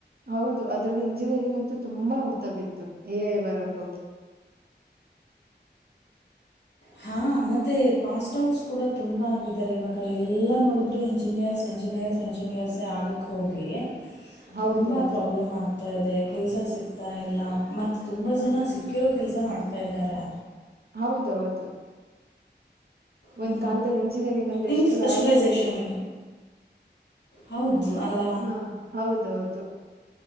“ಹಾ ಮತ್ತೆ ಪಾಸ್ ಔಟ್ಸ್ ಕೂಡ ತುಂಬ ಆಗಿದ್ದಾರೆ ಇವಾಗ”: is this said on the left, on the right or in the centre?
Left